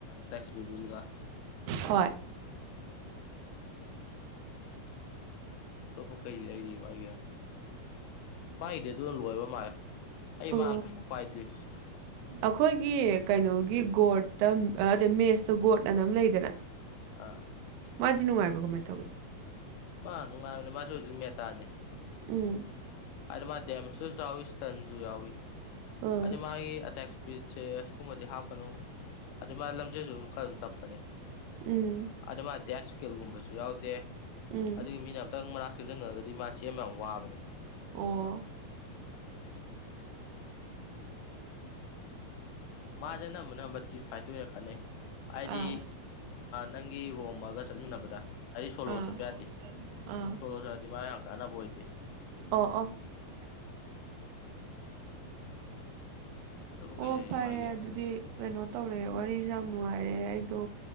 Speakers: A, on the left; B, on the right.
A: ꯇꯦꯛꯁ ꯕꯤꯜꯒ
B: ꯍꯣꯏ
A: ꯑꯇꯣꯞ ꯀꯩ ꯂꯩꯔꯤ ꯋꯥꯏꯒꯦ ꯃꯥꯒꯤꯗꯤ ꯑꯗꯨ ꯂꯣꯏꯕ ꯃꯥꯜꯂꯦ ꯑꯩ
B: ꯑꯣ
A: ꯃꯥ ꯑꯝꯇ ꯄꯥꯏꯗ꯭ꯔꯤ
B: ꯑꯩꯈꯣꯏꯒꯤ ꯀꯩꯅꯣꯒꯤ ꯒꯣꯔꯠꯇ ꯑꯗ ꯃꯦꯁꯇ ꯒꯣꯔꯠ ꯑꯅꯝ ꯂꯩꯗꯅ
A: ꯑꯥ
B: ꯃꯥꯗꯤ ꯅꯨꯡꯉꯥꯏꯕ꯭ꯔꯣ ꯀꯃꯥꯏꯅ ꯇꯧꯒꯦ
A: ꯃꯥ ꯅꯨꯡꯉꯥꯏꯕꯅꯦ ꯃꯥꯁꯨ ꯍꯧꯖꯤꯛ ꯃꯦꯇꯥꯅꯤ
B: ꯎꯝ
A: ꯑꯗ ꯃꯥ ꯗꯦꯃꯦꯁꯠꯁꯨ ꯌꯥꯎꯋꯤ ꯏꯁ꯭ꯇꯟꯁꯨ ꯌꯥꯎꯋꯤ
B: ꯎꯝ
A: ꯑꯗ ꯃꯥꯒꯤ ꯑ ꯑꯦꯛꯁꯄꯤ ꯁꯦ ꯁꯤꯒꯨꯝꯕꯗꯤ ꯍꯥꯞꯀꯅꯨ ꯑꯗꯨꯗꯩ ꯃꯥ ꯂꯝꯖꯦꯜꯁꯨ ꯈꯔ ꯑꯗꯨꯝ ꯇꯞꯄꯅꯦ
B: ꯎꯝ
A: ꯑꯗꯨ ꯃꯥ ꯗꯦꯁꯀꯤ ꯎꯒꯨꯝꯕꯁꯨ ꯌꯥꯎꯗꯦ
B: ꯎꯝ
A: ꯑꯗꯨꯒꯤ ꯃꯤꯅ ꯑꯝꯇꯪ ꯃꯛ ꯁꯦꯝꯁꯤꯟꯉꯒꯗꯤ ꯃꯥ ꯆꯦꯟꯕ ꯌꯥꯝ ꯋꯥꯕꯅꯦ
B: ꯑꯣ
A: <inaudible> ꯃꯥꯁꯦ ꯑꯅꯝꯕꯅ ꯑꯃ ꯇꯤꯝ ꯐꯥꯏꯠꯇ ꯑꯣꯏꯅ ꯈꯠꯅꯩ ꯍꯥꯏꯗꯤ
B: ꯑꯥ
A: ꯅꯪꯒꯤ ꯔꯣꯝꯃꯒ ꯆꯠꯃꯤꯟꯅꯕꯗ ꯍꯥꯏꯗꯤ ꯁꯣꯂꯣ
B: ꯑꯥ
A: ꯆꯠꯄ ꯌꯥꯗꯦ
B: ꯑꯥ
A: ꯁꯣꯂꯣ ꯆꯗꯤ ꯃꯥ ꯀꯥꯟꯅꯕꯑꯣꯏ
B: ꯑꯣ ꯑꯣꯥ
A: ꯅꯠꯇꯕ ꯀꯩ
B: ꯑꯣ
A: ꯂꯩꯔꯤ
B: ꯐꯔꯦ
A: ꯃꯥꯒꯤ
B: ꯑꯗꯨꯗꯤ ꯀꯩꯅꯣ ꯇꯧꯔꯦ ꯋꯥꯔꯤꯁꯨꯦ ꯌꯥꯝ ꯅꯨꯡꯉꯥꯏꯔꯦ ꯑꯩꯗꯣ